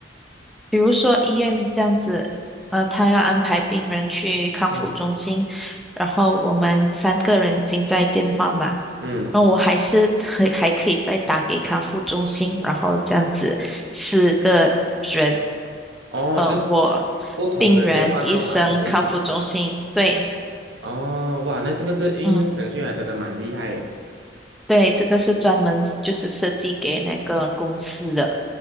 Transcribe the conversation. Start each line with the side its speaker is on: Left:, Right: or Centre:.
Centre: 比如说医院这样子，呃，他要安排病人去康复中心，
Right: 嗯
Centre: 然后我们三个人已经在电话嘛，
Right: 嗯。
Centre: 然后我还是可还可以再打给康复中心，然后这样子四个人，
Right: 哦，
Centre: 呃，
Right: 就是
Centre: 我、
Right: 不同的电话嗯号码在一起。
Centre: 病人、医生、康复中心，对，
Right: 哦，哇，那这个这应用程序还真的蛮厉害耶。
Centre: 嗯，对，这个是专门就是设计给那个公司的。